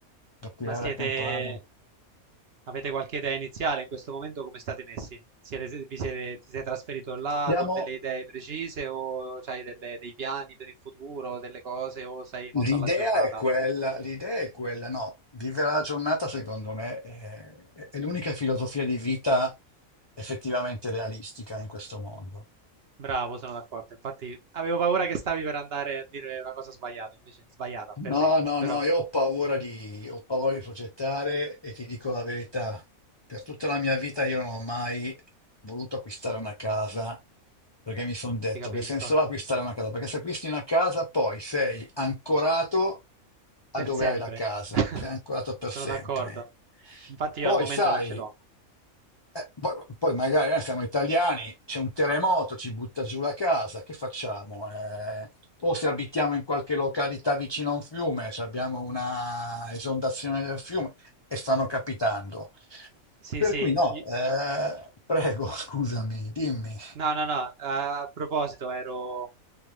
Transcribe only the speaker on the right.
Ma siete,
avete qualche idea iniziale in questo momento come state messi? Siete, vi siete, ti sei trasferito là
con delle idee precise o hai dei piani per il futuro, delle cose o sei molto
alla giornata?
Bravo, sono d'accordo. Infatti, avevo paura che stavi per andare a dire una cosa sbagliata, invece sbagliata
per me,
però
Ti capisco.
Per
sempre.
<laughs>
Sono
d'accordo. Infatti io
al momento
non ce l'ho.
Sì,
sì,
i-
No, no, no, eh, a proposito, ero...